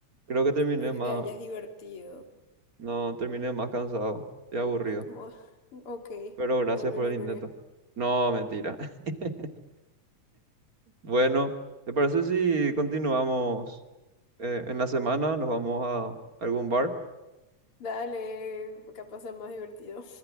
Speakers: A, on the right; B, on the left.
A: creo que terminé
B: Espero que
A: más,
B: te hayas divertido.
A: no, terminé más cansado y aburrido.
B: Mm, Buah, ok,
A: Pero gracias
B: no lo
A: por
B: logré.
A: el intento. No, mentira. <laughs> Bueno, ¿te parece si continuamos eh, en la semana? ¿Nos vamos a algún bar?
B: Dale, capaz sea más divertido.